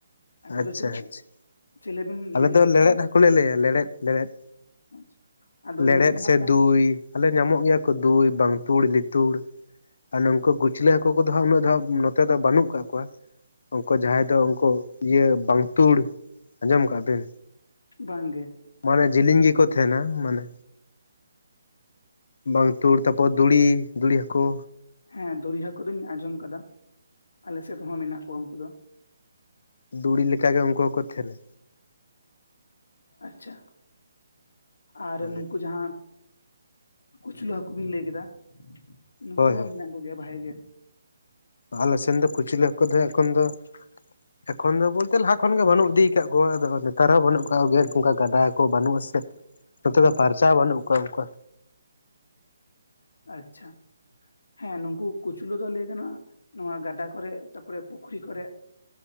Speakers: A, on the left; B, on the left.
A: ᱟᱯᱮ
B: ᱟᱪᱪᱷᱟ
A: ᱫᱚ ᱪᱤᱞᱤ ᱠᱚ
B: ᱟᱪᱪᱷᱟ
A: ᱪᱮᱞᱮ ᱵᱮᱱ
B: ᱟᱞᱮᱫ
A: ᱞᱟᱹᱭ ᱠᱮᱫᱟ
B: ᱫᱚ
A: ᱧᱩᱛᱩᱢ?
B: ᱞᱮᱲᱮᱫ ᱦᱟᱹᱠᱩ ᱞᱮ ᱞᱟᱹᱭᱟ ᱞᱮᱲᱮᱫ ᱞᱮᱲᱮᱫ᱾
A: ᱟᱪᱪᱷᱟ ᱟᱫᱚ
B: ᱞᱮᱲᱮᱫ
A: ᱱᱩᱝᱠᱩ ᱫᱚ
B: ᱥᱮ
A: ᱦᱟᱸᱜ ᱠᱷᱟᱱ
B: ᱫᱩᱭ ᱟᱞᱮ ᱧᱟᱢᱚᱜ ᱜᱮᱭᱟ ᱠᱚ ᱫᱩᱭ ᱵᱟᱝᱛᱩᱲ ᱞᱤᱛᱩᱲ᱾ ᱟᱨ ᱱᱚᱝᱠᱩ ᱠᱩᱪᱞᱟᱹ ᱦᱟᱹᱠᱩ ᱠᱚᱫᱚ ᱦᱟᱸᱜ ᱩᱱᱟᱹᱜ ᱫᱚ ᱦᱟᱸᱜ ᱱᱚᱛ ᱱᱚᱛᱮ ᱫᱚ ᱵᱟᱹᱱᱩᱜ ᱟᱠᱟᱜ ᱠᱚᱣᱟ, ᱩᱱᱠᱩ ᱡᱟᱦᱟᱸᱭ ᱫᱚ ᱩᱱᱠᱩ ᱤᱭᱟᱹ ᱵᱟᱝᱛᱩᱲ᱾ ᱟᱸᱡᱚᱢ ᱠᱟᱜ ᱵᱤᱱ
A: ᱵᱟᱝ ᱜᱮ,
B: ᱢᱟᱱᱮ ᱡᱮᱞᱮᱧ ᱜᱮᱠᱚ ᱛᱟᱦᱮᱱᱟ ᱢᱟᱱᱮ, ᱵᱟᱝ ᱛᱩᱲ ᱛᱟᱯᱚᱨ ᱫᱩᱲᱤ ᱫᱩᱲᱤ ᱦᱟᱹᱠᱩ
A: ᱦᱮᱸ ᱫᱩᱨᱤ ᱦᱟᱠᱩᱹ ᱠᱚᱫᱚᱧ ᱟᱸᱡᱚᱢ ᱟᱠᱟᱫᱟ ᱟᱞᱮ ᱥᱮᱫ ᱦᱚᱸ ᱢᱮᱱᱟᱜ ᱠᱚᱣᱟ ᱩᱱᱠᱩ ᱫᱚ,
B: ᱫᱩᱲᱤ ᱞᱮᱠᱟ ᱜᱮ ᱩᱱᱠᱩ ᱦᱚᱠᱚ ᱛᱷᱮᱞᱮ
A: ᱟᱪᱪᱷᱟ ᱟᱨ
B: ᱦᱳᱭ
A: ᱱᱩᱠᱩ ᱡᱟᱸᱦᱟ ᱠᱩᱪᱞᱟᱹ ᱦᱟᱹᱠᱩ ᱵᱤᱱ ᱞᱟᱹᱭ ᱠᱮᱫᱟ ᱱᱩᱠᱩ ᱦᱚᱸ
B: ᱦᱳᱭ
A: ᱠᱩ ᱦᱚᱸ
B: ᱦᱳᱭ
A: ᱢᱮᱱᱟᱜ ᱠᱚᱜᱮᱭᱟ ᱵᱷᱟᱦᱮ ᱜᱮ,
B: ᱟᱞᱮ ᱥᱮᱱ ᱫᱚ ᱠᱩᱪᱤᱞᱮ ᱦᱟᱸᱠᱩ ᱫᱚ ᱮᱠᱷᱚᱱ ᱫᱚ, ᱮᱠᱷᱚᱱ ᱫᱚ ᱵᱚᱞᱛᱮ ᱞᱟᱦᱟ ᱠᱷᱚᱱ ᱜᱮ ᱵᱟᱹᱱᱩᱜ ᱤᱫᱤ ᱟᱠᱟᱫ ᱠᱚᱣᱟ ᱟᱫᱚ ᱱᱮᱛᱟᱨ ᱦᱚᱸ ᱵᱟᱹᱱᱩᱜᱟᱜ ᱠᱚᱱᱠᱟ ᱜᱟᱰᱟ ᱠᱚ ᱵᱟᱹᱱᱩᱜ ᱟᱥᱮ,
A: <inaudible>
B: ᱱᱚᱛᱮ ᱫᱚ ᱯᱷᱟᱨᱪᱟ ᱵᱟᱹᱱᱩᱜ ᱠᱚᱣᱟ ᱚᱱᱠᱟ,
A: ᱟᱪᱪᱷᱟ ᱦᱮᱸ ᱱᱩᱝᱠᱩ ᱠᱩᱪᱞᱩ ᱫᱚ ᱞᱟᱹᱭ ᱜᱟᱱᱚᱜᱼᱟ ᱱᱚᱣᱟ ᱜᱟᱰᱟ ᱠᱚᱨᱮᱜ ᱛᱟᱨᱯᱚᱨᱮ ᱯᱩᱠᱷᱨᱤ ᱠᱚᱨᱮᱜ,